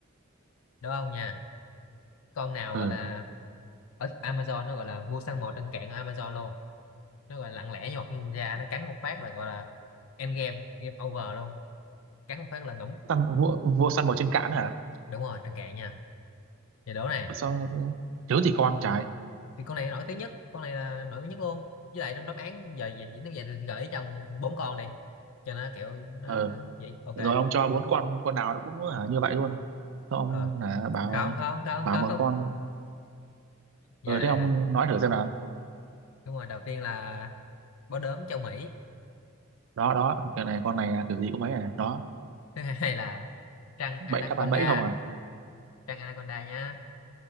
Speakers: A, on the left; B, on the right.
A: đố ông nha con nào
B: ừ
A: gọi là ở Amazon nó gọi là vua săn mồi trên cạn ở Amazon luôn nó gọi là lặng lẽ như một ninja nó cắn một phát là gọi là end game game over luôn cắn một phát là ngủm
B: săn vua, vua săn mồi trên cạn hả
A: đúng rồi trên cạn nha giờ đố này
B: Ừ, sao thiếu gì con trái
A: thì con này nổi tiếng nhất con này là nổi tiếng nhất luôn với lại trong đáp án giờ về chỉ tiêu vậy thì gợi ý trong bốn con này cho nó kiểu nó,
B: ừ
A: nó vậy ok
B: rồi ông cho bốn con con nào nó cũng hả, như vậy luôn Sao ông
A: ờ
B: hả, bảo
A: không không không
B: bảo một
A: không
B: con
A: giờ
B: ừ
A: nè
B: thế ông nói thử xem
A: đúng rồi đầu tiên là bó đốm châu Mỹ
B: đó đó cái này con này à, kiểu gì cũng mấy này đó
A: thứ hai là trăng
B: bẫy
A: anaconda
B: đáp án bẫy không à
A: trăng anaconda nhá